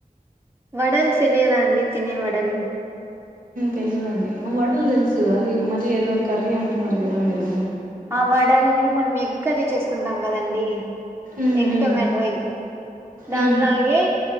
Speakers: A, on the right; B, on the right.
A: వడలు తెలియదా అండి తినే వడలు
B: తెలిదండి వడలు తెలుసు అది మర ఏదో కర్రీ అంటున్నారు కదా మీరు
A: ఆ వడల్ని మనం ఎగ్ కరీ చేసుకుంటాం కదండి
B: um,
A: egg tomato egg దానిలాగే
B: um.